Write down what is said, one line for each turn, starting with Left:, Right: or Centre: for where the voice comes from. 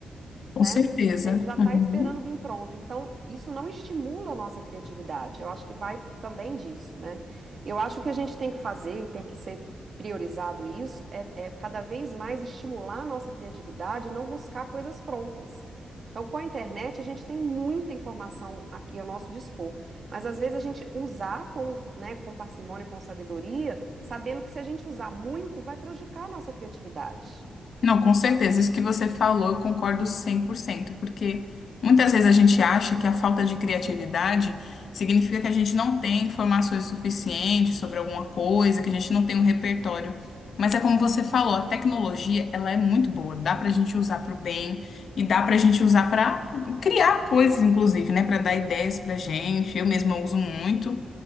Left: Com
Right: né?
Left: certeza.
Right: A gente já está
Left: Uhum.
Right: esperando vir pronto. Então, isso não estimula a nossa criatividade. Eu acho que vai também disso, né? Eu acho que a gente tem que fazer e tem que ser priorizado isso é, é cada vez mais estimular a nossa criatividade e não buscar coisas prontas. Então, com a internet, a gente tem muita informação aqui ao nosso dispor, mas às vezes a gente usar com, né, com parcimônia, e com sabedoria, sabendo que se a gente usar muito, vai prejudicar a nossa criatividade.
Left: Não, com certeza. Isso que você falou, eu concordo 100%, porque muitas vezes a gente acha que a falta de criatividade significa que a gente não tem informações suficientes sobre alguma coisa, que a gente não tem um repertório. Mas é como você falou, a tecnologia, ela é muito boa, dá para a gente usar para o bem e dá para a gente usar para criar coisas, inclusive, né, para dar ideias para gente. Eu mesma uso muito